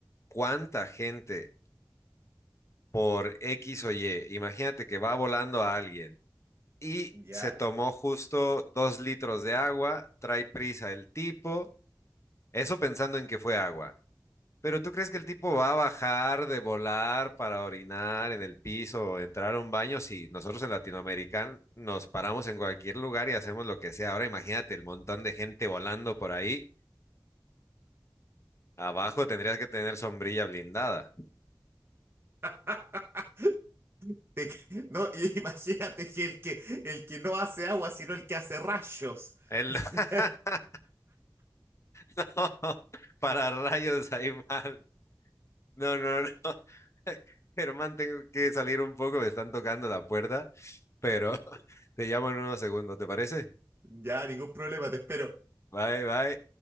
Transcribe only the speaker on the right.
¿Ya?
<laughs> Te que- no, y <laughs> imagínate que el que el que no hace agua, sino el que hace rayos.
<laughs>
Ya, ningún problema, te espero.